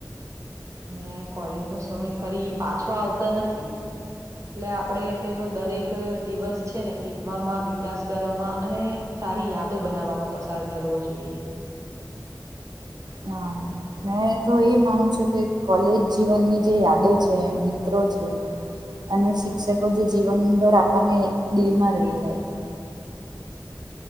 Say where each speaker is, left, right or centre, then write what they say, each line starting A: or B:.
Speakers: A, on the right; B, on the right.
A: અને કોલેજ નો સમય ફરી પાછો આવતો નથી એટલે આપડે તેનો દરેક દિવસ છે ને શીખવામાં વિકાસ કરવામાં અને સારી યાદો બનાવવામાં પસાર કરવો જોઈએ.
B: હા મેં તો એ માનું છું કે કોલેજ જીવનની જે યાદો છે, મિત્રો છે અને શિક્ષકો જે જીવનભર આપણને દિલમાં રહી જાય છે.